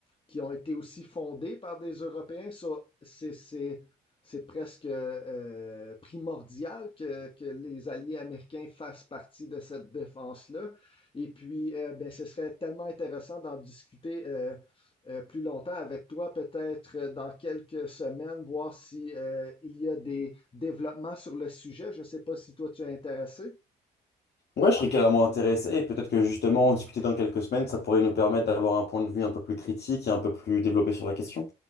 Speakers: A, on the left; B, on the left.
A: qui ont été aussi fondées par des Européens. Ça, c'est, c'est c'est presque euh, primordial que, que, les alliés américains fassent partie de cette défense-là. Et puis, euh, ben, ce serait tellement intéressant d'en discuter euh, euh, plus longtemps avec toi, peut-être euh, dans quelques semaines, voir si euh, il y a des développements sur le sujet. Je ne sais pas si toi tu es intéressé.
B: Ouais, je serais carrément intéressé et peut-être que justement en discuter dans quelques semaines, ça pourrait nous permettre d'avoir un point de vue un peu plus critique et un peu plus développé sur la question.